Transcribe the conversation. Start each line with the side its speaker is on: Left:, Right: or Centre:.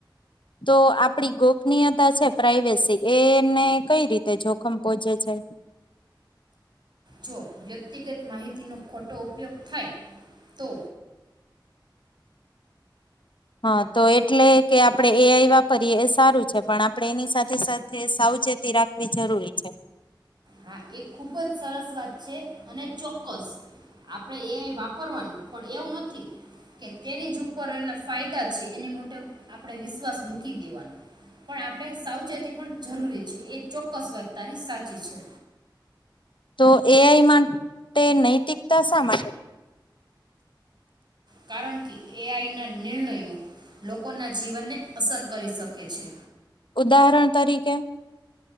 Left: તો આપડી ગોપનીયતા છે પ્રાઈવેસી એને કઈ રીતે જોખમ પોહોંચે છે?
Right: જો વ્યક્તિગત માહિતીનો ખોટો ઉપયોગ થાય તો
Left: હા, તો એટલે કે આપણે એ આઈ વાપરીએ એ સારું છે પણ આપણે એની સાથે સાથે સાવચેતી રાખવી જરૂરી છે.
Right: હા, એ ખુબ જ સરસ વાત છે અને ચોક્કસ આપણે એ આઈ વાપરવાનું પણ એવું નથી કે તેની જ ઉપર એના ફાયદા છે એની માટે આપણે વિશ્વાસ મૂકી દેવાનો પણ આપણે સાવચેતી પણ જરૂરી છે એ ચોક્કસ વાત તારી સાચી છે.
Left: તો એ આઈ માટે નૈતિકતા શા માટે?
Right: કારણ કે એ આઈ ના નિર્ણયો લોકોના જીવનને અસર કરી શકે છે.
Left: ઉદાહરણ તરીકે.